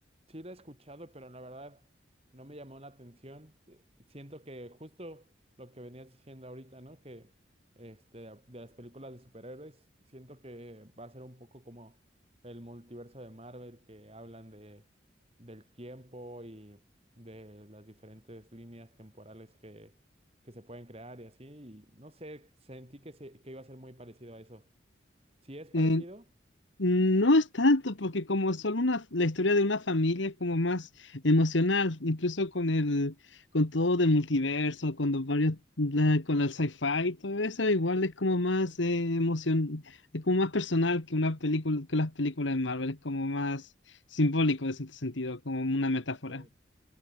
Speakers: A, on the right; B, on the left.
A: Sí la he escuchado, pero la verdad no me llamó la atención. Eh, Siento que justo lo que venías diciendo ahorita, ¿no? Que este, de las películas de superhéroes, siento que va a ser un poco como el multiverso de Marvel, que hablan de, del tiempo y de las diferentes líneas temporales que, que se pueden crear y así. Y no sé, sentí que, se, que iba a ser muy parecido a eso. Si es parecido...
B: Eh, No es tanto, porque como es solo una, la historia de una familia es como más emocional, incluso con el, con todo del multiverso, con los varios, la- con el sci-fi y todo eso, igual es como más eh, emoción, es como más personal que una película, que las películas de Marvel, es como más simbólico en cierto sentido, como una metáfora.
A: Ok.